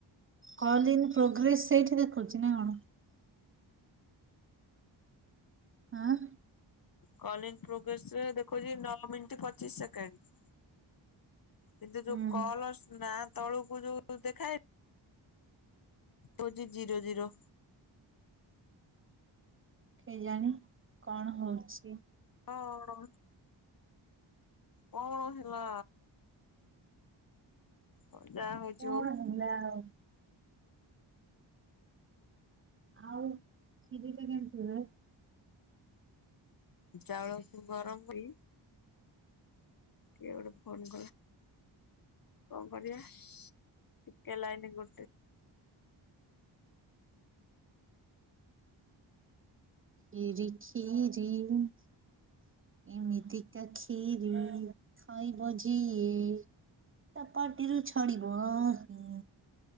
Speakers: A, on the right; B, on the left.
A: Call in progress ସେଇଠି ଦେଖାଉଛି ନା କଣ? ହଁ।
B: କ ପ୍ରୋଗ୍ରେସରେ ଦେଖଉଛି ନଅ ମିନିଟ ପଚିଶ ସେକେଣ୍ଡ। କିନ୍ତୁ
A: ହୁଁ
B: ଯୋଉ କଲ ନା ତଳୁକୁ ଯୋଉ ଦେଖାଏନି କୋହୁଚି ଜିରୋ ଜିରୋ।
A: କେଜାଣି କଣ ହଉଛି?
B: କଣ କଣ ହେଲା? ମ ଯାହା ହଉଛି
A: କଣ
B: ହୋଉ
A: ହେଲା ଆଉ ଆଉ କ୍ଷୀରିଟା କେମତି ହୁଏ?
B: ଚାଉଳ କୁ ଗରମ ହୋଇ କିଏ ଗୋଟେ ଫୋନ କଲା କଣ କରିବା? ଟିକେ ଲାଇନ୍ ଗୋଟେ
A: କ୍ଷୀରି କ୍ଷୀରି। ଏମିତିକା କ୍ଷୀରି ଖାଇବ ଯିଏ। ତା ପାଟିରୁ ଛାଡିବ ନାହିଁ।